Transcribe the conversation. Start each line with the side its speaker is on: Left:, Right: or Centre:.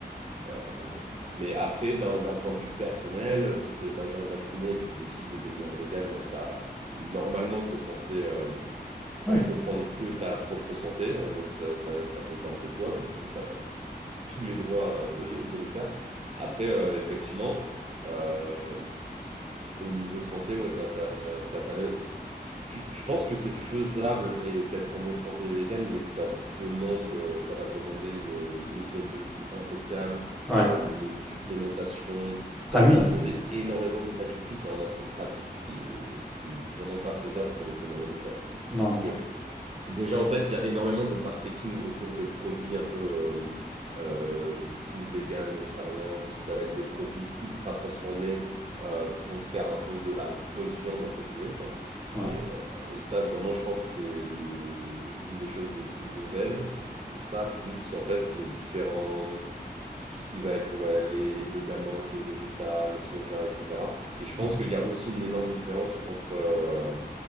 Right: euh, mais après, d'un d'un point de vue personnel, si tu es majeur et vacciné et que tu décides de devenir vegan, ça, normalement, c'est censé euh,
Centre: Oui.
Right: entreprendre que ta propre santé, donc ça, ça, ça concerne que toi, donc euh, t'as tous les droits de, <laughs> de le faire. Après, euh, effectivement, euh, au niveau santé, ouais, ça t'a- ça t'amène. Tu- Je pense que c'est faisable et d'être en bonne santé végane, mais ça demande, euh, ça va demander une, une hygiène de vie impeccable,
Centre: Ouais.
Right: euh, une supplémentation. Ça,
Centre: Ah oui.
Right: ça va demander énormément de sacrifices. C'est un aspect pratique qui est, qui est vraiment pas faisable pour le commun des mortels.
Centre: Non,
Right: Parce
Centre: non.
Right: que Déjà, en fait, il y a énormément de marketing autour de produits un peu, euh, euh, du coup, vegan, végétarien, où ça va être des produits ultra transformés euh, pour faire un peu de la fausse viande, entre guillemets, tu vois.
Centre: Ouais.
Right: Et, euh, et ça, vraiment, je pense, que c'est le, une des choses les plus mauvaises. Ça, plus, en fait, les différents, tout ce qui va être, ouais, les, les d'amandes, les végétales, soja, etc. Et je
Centre: Mhm,
Right: pense qu'il y a aussi une énorme différence entre, euh,